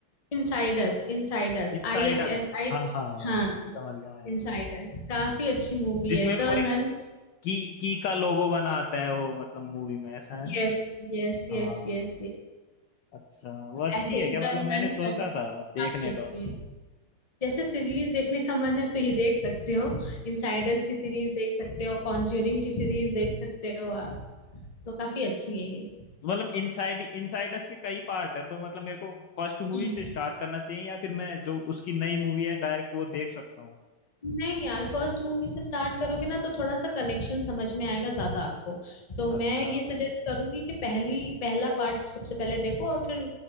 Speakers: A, on the left (about 25°); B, on the left (about 70°).
A: Insiders insiders
B: इनसाइडर्स
A: I N S I
B: हाँ हाँ
A: हाँ
B: समझ गया मैं
A: इनसाइडर्स काफी अच्छी मूवी
B: जिसमें
A: है the
B: वो एक
A: nun
B: की की का लोगो बनाते हैं वो मतलब मूवी में ऐसा है ना
A: Yes yes
B: हाँ
A: yes yes yes
B: अच्छा वो अच्छी
A: ऐसे
B: है
A: ही
B: क्या
A: द
B: मतलब
A: नन
B: मैंने सोचा
A: करके
B: था देखने
A: काफी अच्छी
B: का
A: है जैसे सीरीज देखने का मन है तो ये देख सकते हो इनसाइडर्स की सीरीज देख सकते हो कॉन्ज्यूरिंग की सीरीज देख सकते हो आप तो काफी अच्छी है ये
B: मतलब इनसाइड इनसाइडर्स के कई पार्ट है तो मतलब मेरे को फर्स्ट मूवी
A: हम्म
B: से स्टार्ट करना चाहिए या फिर मैं जो उसकी नई मूवी है डायरेक्ट वो देख सकता हूँ
A: नहीं यार फर्स्ट मूवी से स्टार्ट करोगे ना तो थोड़ा सा कनेक्शन समझ में आएगा ज्यादा आपको तो
B: अच्छा
A: मैं ये सजेस्ट करूंगी कि पहली पहला पार्ट सबसे पहले देखो और फिर